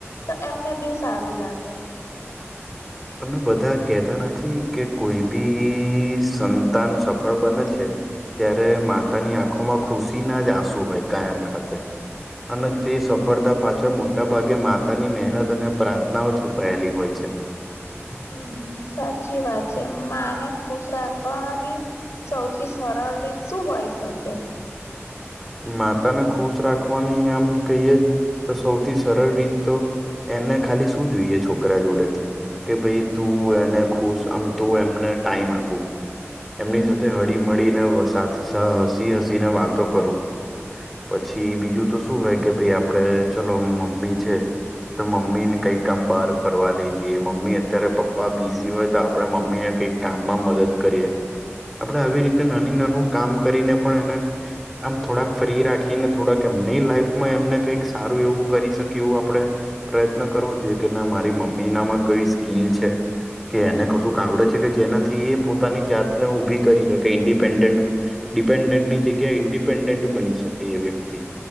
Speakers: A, on the left (about 75°); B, in the centre.
A: તો એમને બી સારું લાગે.
B: તમને બધા કહેતાં નથી કે કોઈ બી સંતાન સફળ બને છે. ત્યારે માતાની આંખોમાં ખુશી ના જ આંસુ હોય કાયમ ખાતે. અને તે સફળતા પાછળ મોટાભાગે માતાની મહેનત અને પ્રાર્થનાઓ છુપાયેલી હોય છે.
A: હમ્મ, સાચી વાત છે માને ખુશ રાખવાની સૌથી સરળ રીત શું હોય શકે?
B: માતાને ખુશ રાખવાની આમ કહીએ તો સૌથી સરળ રીત તો એને ખાલી શું જોઈએ છોકરા જોડેથી? કે ભઈ તું એને ખુશ આમ તું એમને ટાઈમ આપું. એમની સાથે હળીમળીને સાહ હસી હસીને વાતો કરું. પછી બીજું તો શું હોય કે ભાઈ આપડે ચલો મમ્મી છે. તો મમ્મીને કંઈક આમ બહાર ફરવા લઈ જઈએ, મમ્મી અત્યારે પપ્પા બીઝી હોય તો આપણે મમ્મીને કંઈક કામમાં મદદ કરીએ, આપણેે આવી રીતે નાની નાનું કામ કરીને પણ એને આમ થોડાક ફ્રી રાખીને થોડાક એમની લાઈફમાં એમને કઈક સારું એવું કરી શકી એવું આપડે પ્રયત્ન કરવો જોઈએ કે ના મારી મમ્મીનામાં કઈ સ્કીલ છે. કે એને કશુંક આવડે છે કે જેનાથી એ પોતાની જાતને ઊભી કરી હકે ઈન્ડિપેન્ડેન્ટ. ડિપેન્ડન્ટની જગ્યા ઈન્ડિપેન્ડન્ટ બની શકે એ વ્યક્તિ